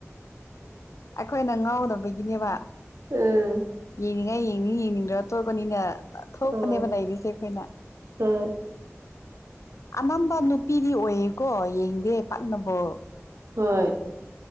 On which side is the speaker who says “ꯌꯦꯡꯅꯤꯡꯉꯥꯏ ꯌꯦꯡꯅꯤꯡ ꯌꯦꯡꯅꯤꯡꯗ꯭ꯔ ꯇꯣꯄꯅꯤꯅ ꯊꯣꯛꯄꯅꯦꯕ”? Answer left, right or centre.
Left